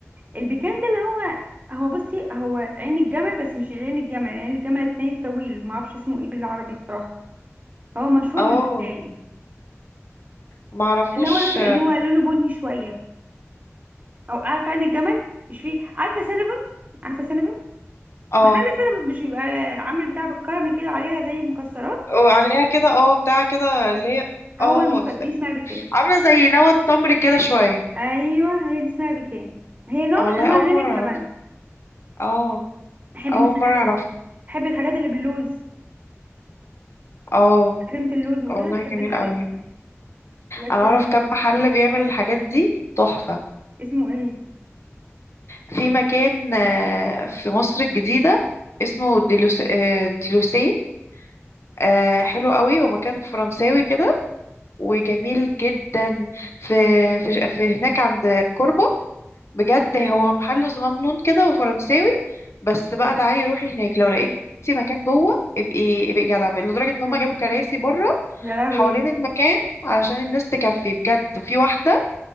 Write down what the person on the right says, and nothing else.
البيكان ده اللي هو هو بصي هو عين الجمل بس مش عين الجمل عين الجمل التاني الطويل ما اعرفش اسمه ايه بالعربي بصراحة هو مشهور
بالبيكان
اللي هو لونه اللي هو لونه بني شوية او عارفة عين الجمل مش فيه عارفة سينابون عارفة سينابون
محل سينابون مش بيبقى عامل بتاع بالكراميل كده وعليها زي المكسرات
هو
المك... دي اسمها بيكان
ايوه هي دي اسمها بيكان هي نوع
من
انواع
عين
الجمل
بحب
مثلا
الحاجات
دي بحب الحاجات اللي باللوز
كريمة اللوز وكده
بحب
الحاجات
دي لكن
اسمه ايه
اوكي
تمام.
يا لهوي